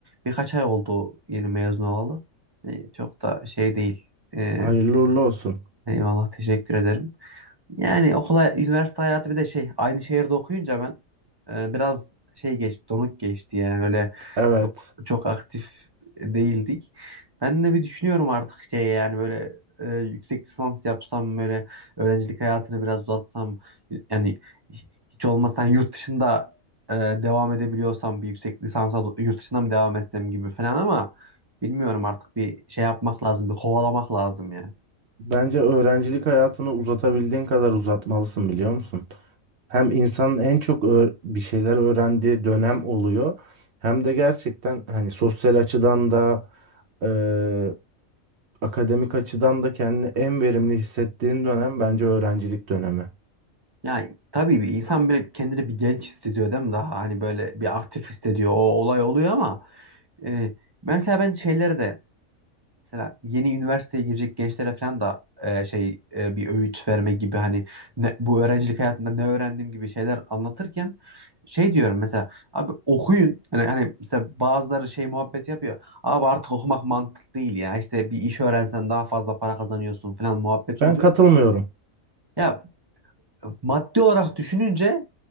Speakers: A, on the right; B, on the right.
A: birkaç ay oldu yeni mezun olalı. E, çok da şey değil. E,
B: Hayırlı uğurlu olsun.
A: eyvallah teşekkür ederim. Yani okula, üniversite hayatı bir de şey aynı şehirde okuyunca ben e, biraz şey geçti, donuk geçti yani öyle
B: Evet.
A: çok çok aktif değildik. Ben de bir düşünüyorum artık şey yani böyle e, yüksek lisans yapsam böyle öğrencilik hayatını biraz uzatsam yani hiç olmazsa hani yurt dışında e, devam edebiliyorsam bir yüksek lisansa do- yurt dışından mı devam etsem gibi falan ama bilmiyorum artık bir şey yapmak lazım, bir kovalamak lazım yani.
B: Bence öğrencilik hayatını uzatabildiğin kadar uzatmalısın biliyor musun? Hem insanın en çok öğ- bir şeyler öğrendiği dönem oluyor. Hem de gerçekten hani sosyal açıdan da eee, akademik açıdan da kendini en verimli hissettiğin dönem bence öğrencilik dönemi.
A: Yani tabii bir insan böyle kendini bir genç hissediyor değil mi? Daha hani böyle bir aktif hissediyor. O olay oluyor ama e, mesela ben şeylere de mesela yeni üniversiteye girecek gençlere falan da e, şey e, bir öğüt verme gibi hani ne- bu öğrencilik hayatında ne öğrendiğim gibi şeyler anlatırken şey diyorum mesela abi okuyun. Hani, hani mesela bazıları şey muhabbet yapıyor. Abi artık okumak mantık değil ya. İşte bir iş öğrensen daha fazla para kazanıyorsun falan muhabbeti
B: Ben
A: oluyor.
B: katılmıyorum.
A: Ya maddi olarak düşününce